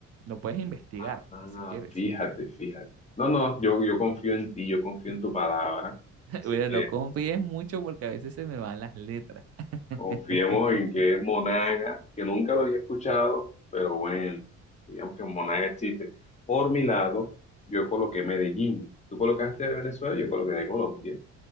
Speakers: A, on the right; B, on the left.
A: Lo puedes investigar
B: Ah,
A: si quieres.
B: fíjate, fíjate. No, no, yo, yo confío en ti, yo confío en tu palabra.
A: <laughs>
B: Así
A: Bueno,
B: que
A: no confíes mucho porque a veces se me van las letras. <laughs>
B: confiemos en que es Monagas, que nunca lo había escuchado, pero bueno, digamos que Monagas existe. Por mi lado, yo coloqué Medellín. Tú colocaste de Venezuela, yo coloqué de Colombia.